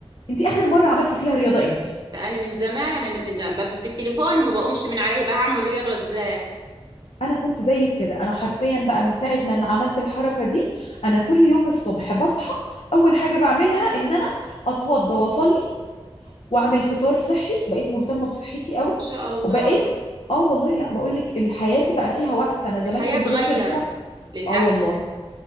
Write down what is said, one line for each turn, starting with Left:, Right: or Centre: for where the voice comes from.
Left: انت اخر مره عملتي فيها رياضه امتى
Right: ده انا من زمان انا من بمسك التليفون وما بقومش من عليه بقى هعمل رياضه ازاي
Left: انا كنت زيك كده انا حرفيا بقى من ساعه ما أنا عملت الحركه دي انا كل يوم الصبح بصحى اول حاجه بعملها ان انا اتوضى واصلي واعمل فطار صحي بقيت مهتمه بصحتي قوي
Right: ما شاء الله
Left: وبقيت اه والله لا بقول لك حياتي بقى فيها وقت انا زمان
Right: الحياه
Left: كنت
Right: اتغيرت
Left: بنزل شغل
Right: للاحسن
Left: اه والله